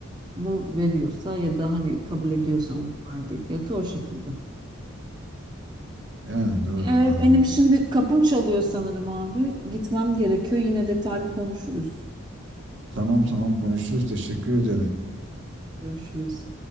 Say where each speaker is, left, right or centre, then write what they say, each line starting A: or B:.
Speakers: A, on the right; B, on the right.
A: onu veriyorsa ya da hani kabul ediyorsa onun verdiği fiyatı o şekilde.
B: Yani doğru
A: Ee,
B: anladım.
A: benim şimdi kapım çalıyor sanırım abi. Gitmem gerekiyor. Yine detaylı konuşuruz.
B: Tamam tamam konuşuruz teşekkür ederim.
A: Görüşürüz.